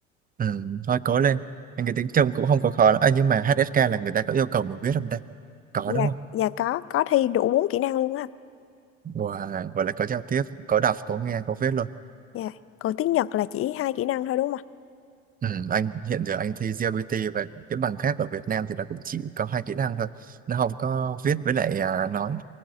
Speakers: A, on the right; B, on the left.
A: Ừ. thôi cố lên anh cái tiếng trông cũng không có khó lắm à, nhưng mà HSK là người ta có yêu cầu mình viết không ta có
B: Dạ,
A: đúng không
B: dạ có, có thi đủ 4 kỹ năng luôn á.
A: wow, vậy là có giao tiếp có đọc có nghe có viết luôn
B: Dạ. Còn tiếng Nhật là chỉ hai kỹ năng thôi đúng không ạ?
A: ừ. anh hiện giờ anh thi GLBT và cái bằng khác ở Việt Nam thì nó cũng chỉ có hai kỹ năng thôi nó không có viết với lại à, nói